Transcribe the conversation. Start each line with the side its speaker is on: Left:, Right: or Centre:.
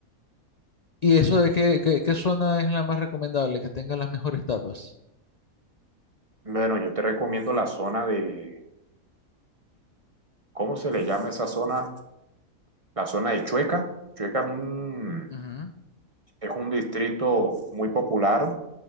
Left: ¿Y eso de qué, qué, qué zona es la más recomendable, que tenga las mejores tapas?
Right: Bueno, yo te recomiendo la zona de, ¿cómo se le llama esa zona? La zona de Chueca. Chueca es un,
Left: Ujú.
Right: es un distrito muy popular.